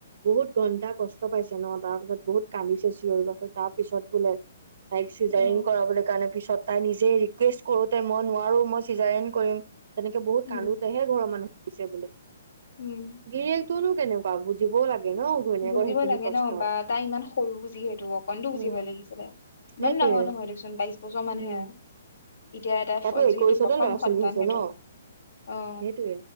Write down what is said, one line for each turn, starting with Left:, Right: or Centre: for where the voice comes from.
Right: বহুত ঘন্টা কষ্ট পাইছে ন তাৰ পিছত বহুত কান্দিছে চিঞৰি বাষৈ তাৰ পিছত বোলে ক চিজাৰিং
Left: অ
Right: কৰাবলৈ কাৰণে পিছ তাই নিজে ৰিকুৱেষ্ট কৰোতে মই নোৱাৰো মই চিজাৰেনট কৰিম তেনেকে বহুত
Left: উম
Right: কান্দোতেহে ঘৰৰ মানুহ আহছে বোলে
Left: উম
Right: গিৰিয়েক তনো কেনেকুৱা বুজিবও লাগে। ন ঘৈণীয়েকৰ
Left: বুজিব
Right: সেইখিনি
Left: লাগে
Right: কষ্ট
Left: ন বা তাই ইমান সৰু বুজি সেতটো অকনো বুজিবই
Right: উম
Left: লাগিছিলে
Right: সেইটোয়ে
Left: বান দাঙৰ নহয় দেচোন বাইশ বছৰ মান
Right: উম
Left: হে। এতিয়া এটা
Right: তাতো
Left: যিহেতু
Right: একৈশতে
Left: প্ৰথম
Right: ল'ৰা
Left: সন্তান
Right: ছোৱালী হৈছে
Left: সেইটো
Right: ন
Left: অ।
Right: সেইটোয়ে